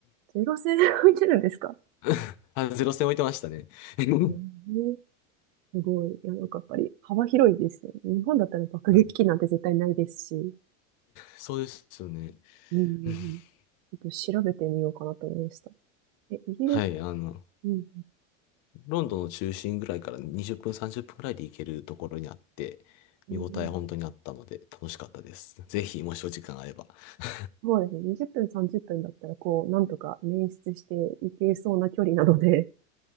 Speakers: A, on the right (about 55°); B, on the left (about 50°).
A: ゼロ戦で置いてるんですか
B: <laughs> あ、ゼロ戦置いてましたね。<laughs>
A: えー、すごい。いや、なんかやっぱり幅広いですよね。日本だったら爆撃機なんて絶対ないですし。
B: はいそうですよね。
A: うん、うんうん
B: <laughs>
A: ちょっと調べてみようかなと思いました。え、イギリス、
B: はい、あの、
A: うん、
B: ロンドンの中心ぐらいから20分、30分ぐらいで行けるところにあって、
A: うん、
B: 見応え本当にあったので楽しかったです。ぜひ、もしお時間あれば。<laughs>
A: そうですね。20分、30分だったら、こう、なんとか捻出していけそうな距離なので、